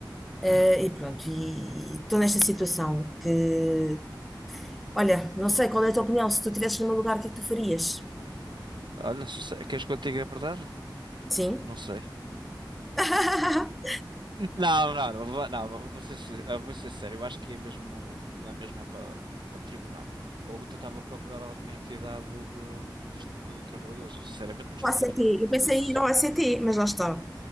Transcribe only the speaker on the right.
Olha, se, se- queres que eu te diga a verdade?
Não sei.
Não, não, não, vou- não, vou ser, sin- eu vou ser sério, eu acho que é mesmo na mesma para para tribunal. Ou tentava procurar alguma entidade de, dos de trabalhadores. Eu, Sinceramente, não estou
muito por dentro
disso.